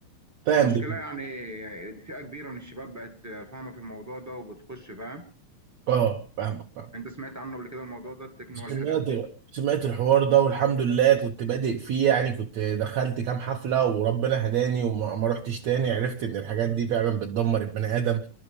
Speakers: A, on the right; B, on the right.
A: فاهم
B: والمشكله
A: دي
B: يعني فئه كبيره من الشباب بقت فاهمه في الموضوع ده وبتخش فاهم
A: اه فاهمك فاهمك.
B: انت سمعت عنه قبل كده الموضوع ده التكنو
A: سمعت
B: والحاجات دي
A: سمعت الحوار ده والحمد لله كنت بادئ فيه يعني كنت دخلت كام حفلة وربنا هداني وما ما رحتش تاني عرفت ان الحاجات دي فعلا بتدمر البني ادم